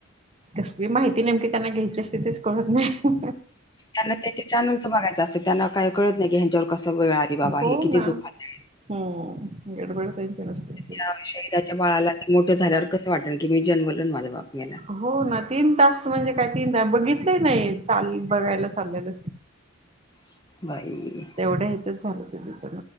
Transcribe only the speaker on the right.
कसली माहिती नेमकी त्यांना घ्यायची असते तेच कळत नाही.
हो
ना
हम्म गडबड त्यांची नसतेच.
हो ना तीन तास म्हणजे काय तीन बघितल नाही चाल बघायला चाललेल.
तेवढ्या ह्याच्यात झाल ते तिथ